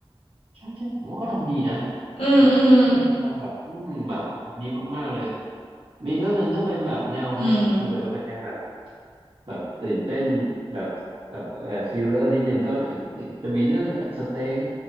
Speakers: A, on the right; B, on the left.
A: ใช่ใช่ผมว่าเขาทำดีนะ
B: อืมอืม
A: หนังใช่เขาทำแบบอืมแบบดีมากๆเลยมีเรื่องหนึ่งถ้าเป็นแบบแนวไฮสคูลแต่มันเป็นแนวแบบ
B: อืม
A: แบบตื่นเต้นแบบแบบเอ่อซีเรอร์นิดนึงก็อีกจะมีเรื่องสเตง